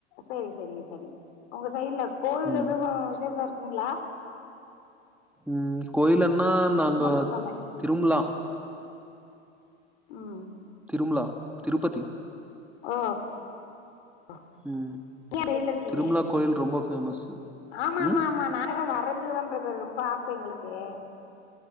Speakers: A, on the left; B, in the centre.
A: செரி செரிங்க செரிங்க உங்க சைட்ல கோவில்
B: ம்
A: எதுவு விசேஷோ இருக் குங்ளா?
B: ம் கோயிலன்னா நாங்கோ
A: சொல்ற மாரி
B: திரும்லா
A: ம்
B: திரும்லா திருப்பதி
A: ஒ <unintelligible>
B: ம்
A: நீங்க டெய்லி இருக்கீங்க
B: திரும்லா கோயில் ரொம்ப ஃபேமஸு
A: ஆமா
B: ம்
A: ஆமா ஆமா நாங்கதா வர்றதுக்குதா பிரதர் ரொம்ப ஆச எங்களுக்கு க்க